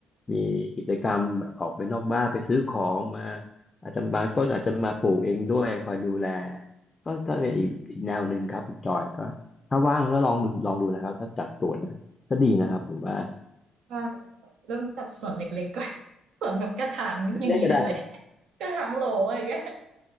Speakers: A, on the left; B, on the right.
A: มีกิจกรรมแบบออกไปนอกบ้านไปซื้อของมาอาจจะบางต้นอาจจะมาปลูกเองด้วยคอยดูแลก็ก็เป็นอีกอีกแนวหนึ่งครับคุณจอยก็ถ้าว่างก็ลองดูลองดูนะครับถ้าจัดสวนนะก็ดีนะครับผมว่า
B: ว่าเริ่มจากส่วนเล็กๆก่อน <laughs> ส่วนแบบกระถางอย่างนี้ได้ไหม
A: เล่นๆก็ได้
B: <laughs> กระถางโหลอะไรอย่างเงี้ย